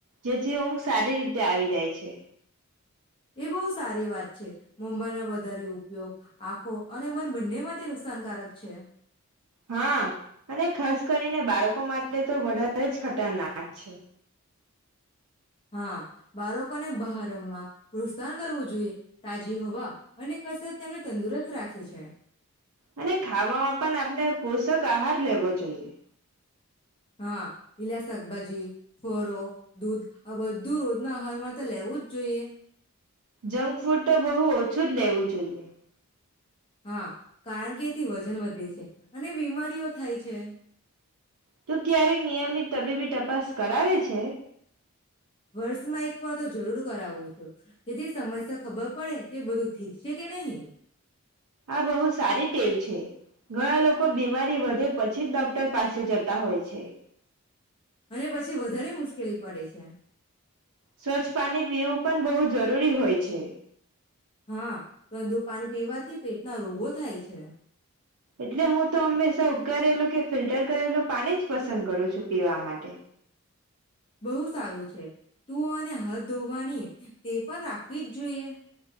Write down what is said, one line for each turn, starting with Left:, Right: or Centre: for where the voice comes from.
Right: જેથી ઊંઘ સારી રીતે આવી જાય છે.
Left: એ બહુ સારી વાત છે, <unintelligible> વધારે ઉપયોગ આખો અને <unintelligible> બંને માટે નુકસાનકારક છે.
Right: હા અને ખાસ કરીને બાળકો માટે તો વધારે જ ખતરનાક છે.
Left: હા બાળકોને બહાર રમાં પ્રોત્સાહન કરવું જોઈએ તાજી હોવા અને કસરત તેમને તંદુરસ્ત રાખે છે.
Right: અને ખાવામાં પણ આપણે પોષક આહાર લેવો જોઈએ.
Left: હા લીલા શાકભાજી ફરો દૂધ આ બધું રોજના આહારમાં તો લેવું જ જોઈએ.
Right: જંક ફૂડ તો બહુ ઓછું જ લેવું જોઈએ.
Left: હા. કારણ કે એથી વજન વધ અને બીમારીઓ થાય છે.
Right: તો ક્યારે નિયમિત તબીબી તપાસ કરાવે છે.
Left: વર્ષમાં એક વાર તો જરૂરુ કરાવું છુ જેથી સમસ્યા ખબર પડે કે બધું ઠીક છે કે નહી.
Right: આ બહુ સારી ટેવ છે ઘણા લોકો બીમારી વધે પછી જ ડોક્ટર પાસે જતા હોય છે.
Left: અને પછી વધારે મુશ્કેલી પડે છે.
Right: સ્વચ્છ પાણી પીવું પણ બહુ જરૂરી હોય છે.
Left: હા, ગંદુ પાણી પીવાથી પેટના રોગો થાય છે.
Right: એટલે હું તો હંમેશા ઉકારેલું કે ફિલ્ટર કરેલું પાની જ પસંદ કરું છું, પીવા માટે.
Left: બહુ સારું છે. મોં અને હાથ ધોવાની ટેવ પન રાખવી જ જોઈએ.